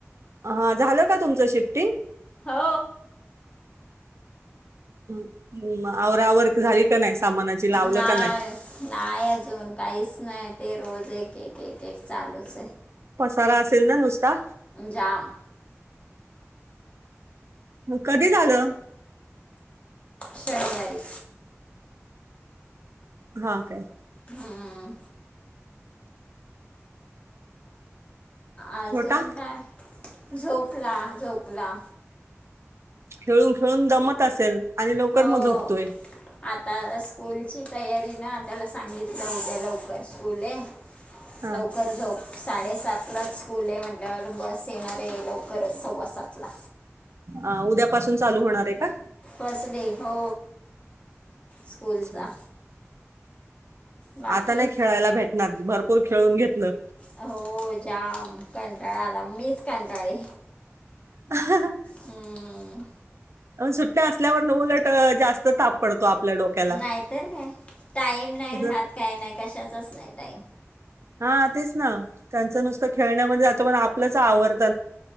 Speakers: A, on the right; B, on the left.
A: हा झालं का तुमचं शिफ्टिंग
B: हो
A: ह् आवरा आवर्क झाली का नाही सामानाची लावलं
B: नाय
A: का नाही
B: नाही अजून काहीच नाही ते रोज एक एक एक एक चालूच हे
A: पसारा असेल ना नुसता
B: जाम
A: कधी झालं
B: शनिवारी
A: हा काय
B: हम्म अजुन
A: छोटा
B: काय झोपला झोपला
A: खेळून खेळून दमत असेल आणि लवकर
B: हो
A: मग झोपतोय
B: आता स्कूलची तयारी ना त्याला सांगितलं उद्या लवकर स्कूल हे
A: हा
B: लवकर झोप साडेसातला च स्कूल आहे म्हटल्यावर बस येणार हे लवकरच सव्वा सात ला
A: अ उद्यापासून चालू होणार हे का
B: फस डे हो स्कूलचा
A: अच्छा.
B: बाकी
A: आता नाही खेळायला भेटणार भरपूर खेळून घेतलं
B: हो जाम कंटाळा आला मी च कंटाळी
A: <unintelligible>
B: हम्म,
A: अ सुट्या असल्यावर न उलटं अ जास्त ताप पडतो आपल्या डोक्याला
B: नाहीतर काय टाईम नाही
A: असं
B: राहत काय नाही कशाचाच नाही टाईम
A: हा तेच ना त्यांच नुसतं खेळण्यामध्ये जातं पण आपलंच आवर